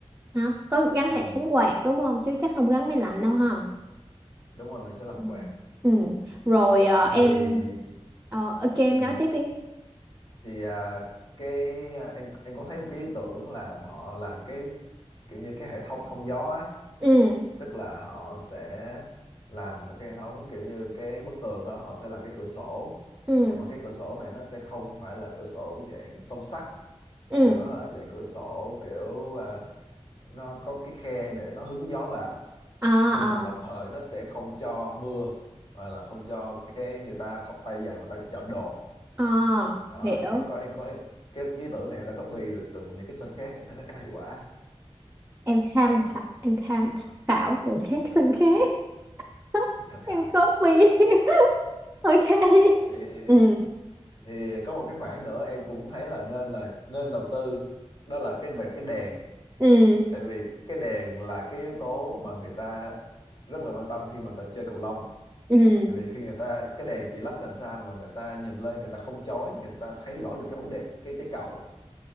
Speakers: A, on the right (about 15°); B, on the left (about 55°).
A: Hả? Có gắn
B: ừ.
A: hệ thống quạt đúng không? Chứ chắc không gắn máy lạnh đâu ha.
B: đúng rồi mình sẽ làm
A: Ừ.
B: quạt
A: Ừ, rồi ờ, em...
B: thì
A: Ờ, ok, em
B: ừ.
A: nói tiếp đi.
B: thì à, cái à, em em có thấy một cái ý tưởng là họ làm cái kiểu như cái hệ thống thông gió á
A: Ừ,
B: tức là họ sẽ làm một cái hệ thống kiểu như cái bức tường đó họ sẽ làm cái cửa sổ
A: ừ,
B: nhưng mà cái cửa sổ này nó sẽ không phải là cửa sổ dạng song sắt
A: ừ.
B: nhưng mà nó là dạng cửa sổ kiểu à, nó có cái khe để nó hứng gió vào
A: À, à,
B: nhưng mà đồng thời nó sẽ không cho mưa và là không cho cái người ta thọc tay vào người ta trộm đồ
A: à,
B: đó
A: hiểu.
B: em có em có cái, cái ý tưởng này em đã copy được từ những cái sân khác em thấy nó khá hiệu quả
A: em tham
B: đó,
A: khảo, em tham khảo từ các
B: em,
A: xương khác <laughs>
B: em tham khảo
A: em copy <laughs> ok
B: thì,
A: ừ
B: thì có một cái khoản nữa em cũng thấy là nên là nên đầu tư đó là cái về cái đèn
A: ừ
B: tại vì cái đèn là cái yếu tố mà người ta rất là quan tâm khi mà người ta chơi cầu lông
A: ừ
B: tại vì khi người ta cái đèn chỉ lắp làm sao mà người ta nhìn lên người ta không chói người ta thấy rõ được cái bóng đệm cái trái cầu